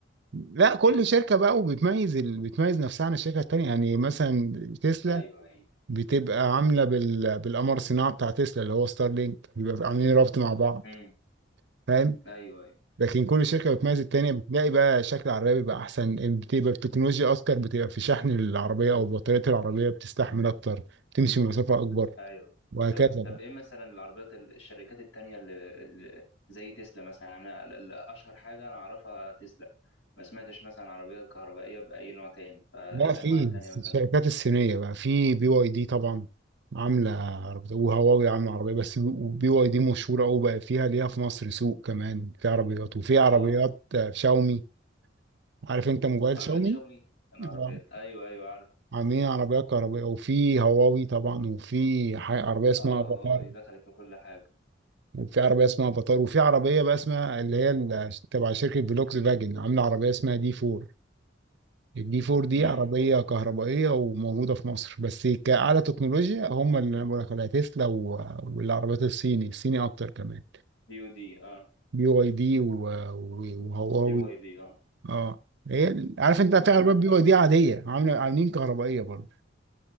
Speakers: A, on the right; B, on the left.
A: لا كل
B: ايه
A: شركه بقى وبتميز ال... بتميز نفسها عن الشركه التانيه يعني مثلا تسلا
B: ايوه ايوه
A: بتبقى عامله بال... بالقمر الصناعي بتاع تسلا اللي هو ستارلينك بيبقى عاملين رابط مع بعض
B: امم
A: فاهم
B: ايوه ايوه
A: لكن كل شركه بتميز التانيه بتلاقي بقى شكل العربيه بيبقى احسن بتبقى التكنولوجيا اذكر بتبقى في شحن العربيه او بطاريه العربيه بتستحمل اكتر تمشي مسافه اكبر
B: ايوه
A: وهكذا
B: طب طب
A: بقى
B: ايه مثلا العربيات ال- الشركات التانية اللي, اللي زي تسلا مثلا انا ال- ال- اشهر حاجة انا اعرفها تسلا ما سمعتش مثلا عربيات كهربائية بأي نوع تاني فايه
A: لا
B: الانواع
A: في
B: التانية مثلا
A: الشركات الصينيه بقى في بي واي دي طبعا عامله عربيه وهواوي عامله عربيه بس بي واي دي مشهوره قوي بقى فيها ليها في مصر سوق كمان في عربيات وفي عربيات
B: اه
A: آه، شاومي عارف انت موبايل
B: عربيات
A: شاومي
B: شاومي انا عربيات
A: آه،
B: ايوه ايوه عارف
A: عاملين عربيات كهربائيه وفي هواوي طبعا وفي ح- عربيه اسمها
B: اه
A: افاتار
B: اه دخلت في كل حاجة
A: وفي عربيه اسمها افاتار وفي عربيه بقى اسمها اللي هي ال- تبع شركه فولكس فاجن عامله عربيه اسمها دي 4 الدي 4 دي
B: امم
A: عربيه كهربائيه وموجوده في مصر بس كاعلى تكنولوجيا هم اللي انا بقول لك عليها تسلا و- والعربيات الصيني الصيني اكتر كمان
B: دي ودي اه
A: بي واي دي و- و- وهواوي
B: دي واي دي اه
A: اه هي عارف انت في
B: تمام
A: عربيات بي واي دي عاديه عامله عاملين كهربائيه برضه